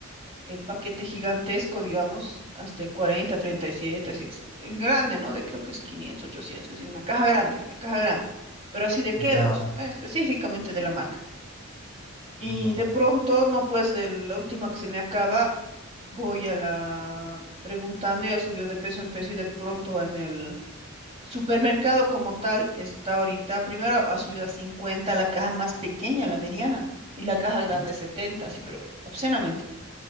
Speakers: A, on the right; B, on the left.
A: el paquete gigantesco, digamos, hasta en cuarenta treinta y siete así, ex- el grande, ¿no? De creo que es 500 800 que es una caja grande, la caja grande, pero así de Kellogg's,
B: ya,
A: eh, específicamente de la marca. Y
B: ya.
A: de pronto, no, pues el- la última que se me acaba, voy a la preguntando, ya subió de peso en peso y de pronto en el Supermercado como tal está ahorita, primero ha subido a 50 la caja más pequeña, la mediana, y la caja grande
B: ut,
A: a 70, sí, pero obscenamente.